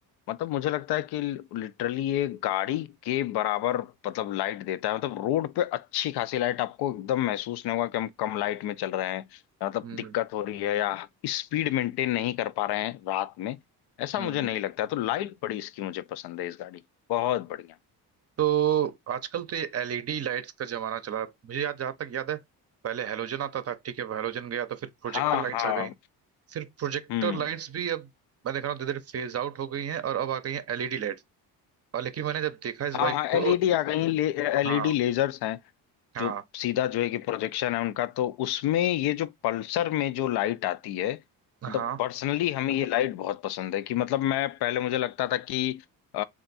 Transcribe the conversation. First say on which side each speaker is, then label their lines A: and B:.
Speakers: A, on the left; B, on the right.
A: मतलब मुझे लगता है कि लिटरली ये गाड़ी के बराबर मतलब लाइट देता है मतलब रोड पे अच्छी खासी लाइट आपको एकदम महसूस नहीं होगा कि हम कम लाइट में चल रहे हैं मतलब
B: हम्म
A: दिक्कत हो रही है या स्पीड मेंटेन नहीं कर पा रहे हैं रात में ऐसा
B: हम्म
A: मुझे नहीं लगता है तो लाइट बड़ी इसकी मुझे पसंद है इस गाड़ी की। बहुत बढ़िया
B: तो आजकल तो ये एलईडी लाइट्स का जमाना चला है मुझे याद जहाँ तक याद है पहले हेलोजन आता था ठीक है हेलोजन गया तो फिर प्रोजेक्टर
A: हाँ
B: लाइट्स
A: हाँ
B: आ गई सिर्फ प्रोजेक्टर
A: हम्म
B: लाइट्स भी अब मैं देख रहा हूँ धीरे धीरे फेज आउट हो गई हैं और अब आ गई हैं एलईडी लाइट्स और लेकिन मैंने जब देखा इस
A: हाँ
B: बाइक
A: हाँ
B: को
A: एलईडी आ गई एलईडी
B: हाँ
A: लेजर्स हैं
B: हाँ
A: जो सीधा जो है कि प्रोजेक्शन है उनका तो उसमें ये जो पल्सर में जो लाइट आती है
B: हाँ
A: मतलब पर्सनली हमें ये लाइट बहुत पसंद है कि मतलब मैं पहले मुझे लगता था कि अ,